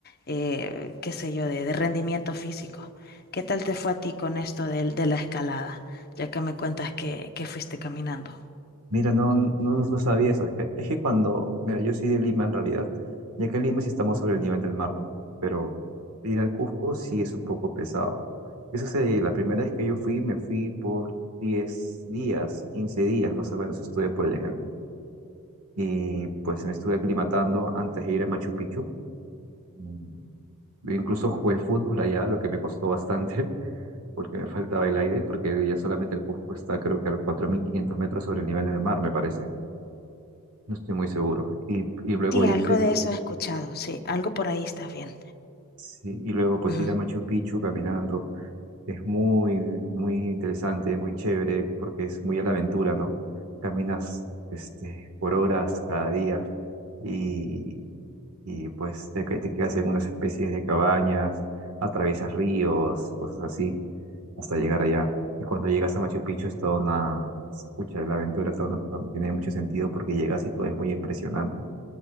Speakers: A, on the left (about 45°); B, on the right (about 80°).
A: eh, qué sé yo, de de rendimiento físico. ¿Qué tal te fue a ti con esto del- de, la escalada? Ya que me cuentas que, que fuiste caminando.
B: Mira, no, no, no no sabía eso. Es que, es que cuando, mira, yo soy de Lima en realidad, ya que en Lima sí estamos sobre el nivel del mar, ¿no? Pero ir al Cusco sí es un poco pesado. ¿Qué sucede? La primera vez que yo fui, me fui por 10 días, 15 días más o menos estuve por allá en el Cusco. Y pues me estuve aclimatando antes de ir a Machu Picchu. Mm, Incluso jugué fútbol allá, lo que me costó bastante, <laughs> porque me faltaba el aire, porque ya solamente el Cusco está creo que a 4.500 metros sobre el nivel del mar, me parece. No estoy muy seguro. Y, y luego
A: Sí,
B: irse,
A: algo de eso he escuchado, sí, algo por ahí está bien.
B: sí, y luego pues
A: Ujú.
B: ir a Machu Picchu caminando. Es muy, muy interesante, muy chévere, porque es muy a la aventura, ¿no? Caminas este, por horas cada día y, y pues te, que- te quedas en unas especies de cabañas, atraviesas ríos, cosas así, hasta llegar allá. Y cuando llegas a Machu Picchu es toda una, escucha, la aventura toda una- toda- tiene mucho sentido porque llegas y todo es muy impresionante.